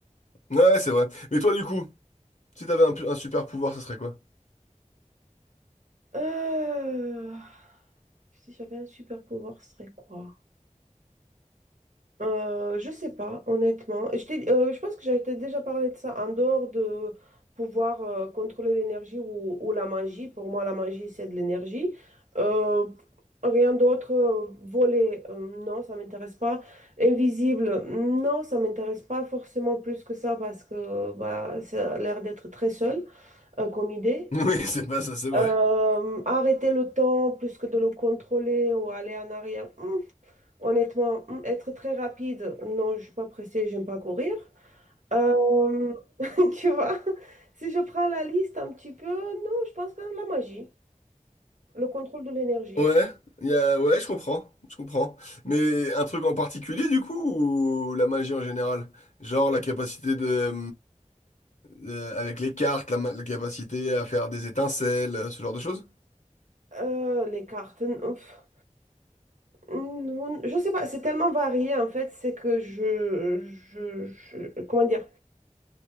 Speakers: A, on the left; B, on the right.
A: ouais, c'est vrai. Mais toi, du coup, si t'avais un, pu- un super pouvoir, ça serait quoi?
B: Euh, Si j'avais un super pouvoir, ce serait quoi? Euh, je sais pas, honnêtement. Je t'ai- euh, je pense que j'avais déjà parlé de ça en dehors de pouvoir euh, contrôler l'énergie ou, ou la magie. Pour moi, la magie, c'est de l'énergie. Euh, rien d'autre. euh, Voler, euh, non, ça m'intéresse pas. Invisible, non, ça m'intéresse pas forcément plus que ça parce que bah, ça a l'air d'être très seul euh, comme idée.
A: <laughs> Oui, c'est pas ça, c'est vrai.
B: Euh, arrêter le temps plus que de le contrôler ou aller en arrière. hmm, Honnêtement, hum, être très rapide, non, je suis pas pressée, j'aime pas courir. Euh, <laughs> tu vois, si je prends la liste un petit peu, non, je pense que la magie, le contrôle de l'énergie,
A: Ouais, y a, ouais, je comprends, je comprends. Mais un truc en particulier, du coup, ou la magie en général? Genre la capacité de, Euh, avec les cartes, la, ma- la capacité à faire des étincelles, euh, ce genre de choses.
B: euh, les cartes, hum, pff, hum, je sais pas, c'est tellement varié en fait, c'est que je, je, je- comment dire,